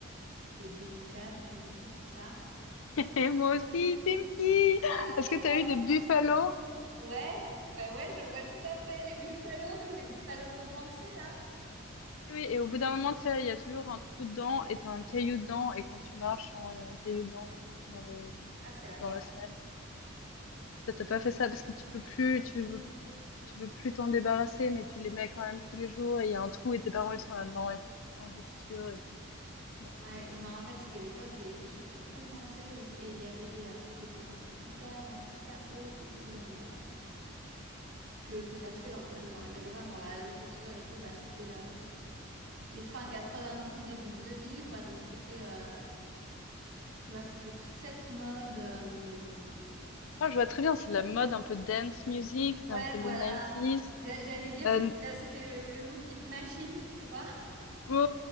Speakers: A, on the right; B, on the left.
A: c'était Jennifer, Pimkie, tout ça.
B: Et moi aussi, Pimki!
A: Ah,
B: Est-ce
A: et
B: que t'as
A: il y a-
B: eu des buffalo?
A: Ouais, ben ouais, je vois tout à fait les Buffalo, <laughs> les Buffalo compensés là.
B: Oui, oui, et au bout d'un moment, tu sais, il y a toujours un trou dedans et t'as un caillou dedans. Et quand tu marches, genre, il y a un caillou dedans dans, dans le,
A: Ah, c'est la mort.
B: dans la semelle. Ça t'a pas fait ça parce que tu peux plus, tu veux tu veux plus t'en débarrasser, mais tu les mets quand même tous les jours et il y a un trou et tes parents ils sont là, non, il faut changer de chaussures et tout. Non.
A: Ouais, je me rappelle, c'était l'époque des, des chaussures compensées aussi. Et il y avait des, euh, des compensées hyper, euh, hyper hautes et tout dans le... que, que t'achetais dans, même dans les magasins, genre la Halo Chaussures et tout. Bah, c'était le... c'était fin 90, début 2000, quoi. Donc, c'était, euh, tu vois, c'était toute cette mode. euh,
B: Ah, je vois très bien, c'est la mode un peu dance music, c'est
A: Ouais,
B: un peu
A: voilà.
B: les nineties
A: J'a- J'allais dire,
B: Euh,
A: c'était c'était le, le look it machine, tu vois.
B: ouais, ouais,